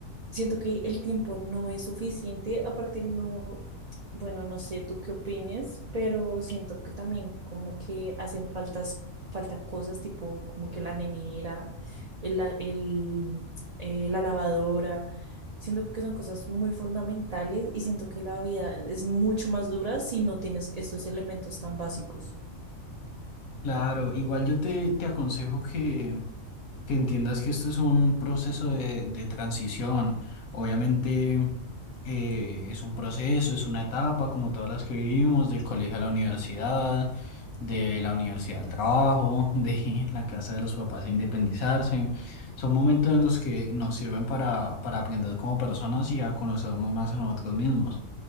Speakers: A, on the right; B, on the left.
A: Siento que el tiempo no es suficiente, aparte no, bueno, no sé tú qué opines, pero siento que también como que hacen faltas, falta cosas tipo como que la nevera, el, la- el, eh, la lavadora, siento que son cosas muy fundamentales y siento que la vida es mucho más dura si no tienes estos elementos tan básicos.
B: Claro, igual yo te, te aconsejo que, que entiendas que esto es un proceso de, de transición. Obviamente eh, es un proceso, es una etapa como todas las que vivimos, del colegio a la universidad, de la universidad al trabajo, de <laughs> la casa de los papás a independizarse. Son momentos en los que nos sirven para, para aprender como personas y a conocernos más a nosotros mismos.